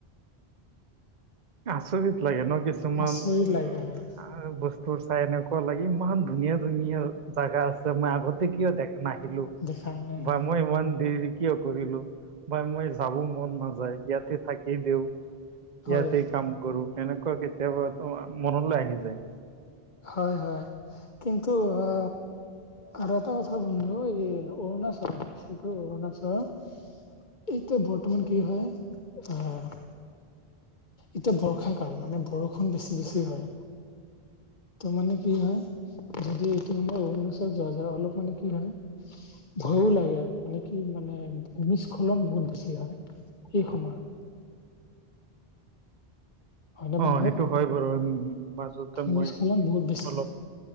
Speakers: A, on the right; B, on the left.
A: আচৰিত লাগে ন কিছুমান
B: আচৰিত লাগে হয়
A: আৰু বস্তু চাই এনেকুৱা লাগি ইমান ধুনীয়া ধুনীয়া জেগা আছে মই আগত কিয় দে নাহিলো
B: দেখা নাই
A: বা
B: হয়
A: মই ইমান দেৰি কিয় কৰিলো বা মই যাব মন নাযায় ইয়াতে থাকেই দিওঁ
B: হয়
A: ইয়াতে কাম কৰো হেনেকুৱা কেতিয়াবা মনলৈ আহি যায়
B: হয় হয় কিন্তু আ আৰ এটা কথা বন্ধু এই অৰুণাচ কি কয় অৰুণাচল এইটো বৰ্তমান কি হয় আহ এতিয়া বৰ্ষা কাল মানে বৰষুণ বেছি বেছি হয় ত মানে কি হয় যদি এইটো সময়ত অৰুণাচলত যোৱা যায় অলপ মানে কি হয় ভয়ো লাগে মানে কি মানে ভূমিস্খলন বহুত বেছি হয় এই সময়ত হয় নে
A: অ,
B: বন্ধু
A: সেইটো হয় বাৰু, উ, মাজতে
B: ভূমিস্খলন
A: মই
B: বহুত
A: অলপ